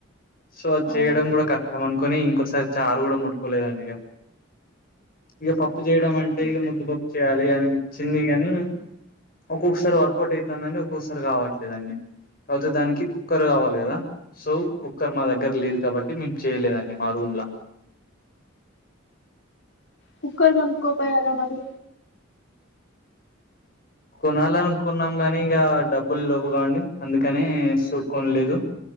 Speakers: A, on the left; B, on the left.
A: సో అది
B: అవునా
A: చేయడం కూడా కష్టం అనుకోని ఇంకోసారి. చారు కూడా ముట్టుకోలేదండి ఇగ ఇక. పప్పు చేయడం అంటే ఇక
B: ఓకే.
A: ముద్దుపప్పు చేయాలి అనిపించింది కాని. ఒక్కొక్కసారి వర్కౌట్ అవుతుందండి ఒక్కొక్కసారి కావట్లేదండి. కాకపోతే దానికి కుక్కర్ కావాలి కదా సో కుక్కర్ మా దగ్గర లేదు కాబట్టి మేము చేయలేదండి మా రుమ్. రూమ్ల.
B: కుక్కర్ కొనుకోపోయార మరి.
A: కొనాలనుకున్నాము గాని ఇంకా డబ్బులు లేవుగాండి అందుకనే సో కొనలేదు.